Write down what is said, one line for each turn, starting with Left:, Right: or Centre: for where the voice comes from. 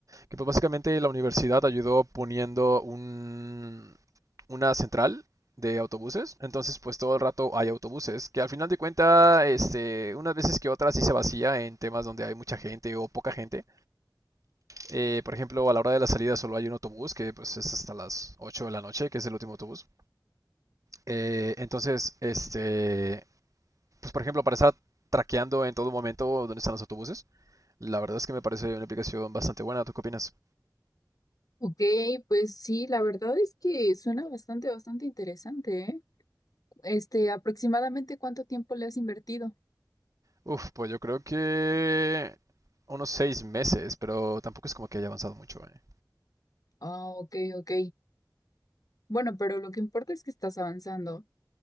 Right: Que pues básicamente la universidad ayudó poniendo un, una central de autobuses. Entonces, pues todo el rato hay autobuses. Que al final de cuentas, este, unas veces que otras sí se vacía en temas donde hay mucha gente o poca gente. Eh, por ejemplo, a la hora de la salida solo hay un autobús que pues es hasta las 8 de la noche, que es el último autobús. Eh, entonces, este, pues por ejemplo, para estar traqueando en todo momento dónde están los autobuses, la verdad es que me parece una aplicación bastante buena. ¿Tú qué opinas?
Left: Ok, pues sí, la verdad es que suena bastante, bastante interesante, ¿eh? Este, aproximadamente cuánto tiempo le has invertido.
Right: Uf, pues yo creo que unos seis meses, pero tampoco es como que haya avanzado mucho, ¿eh?
Left: Ah, ok, ok. Bueno, pero lo que importa es que estás avanzando.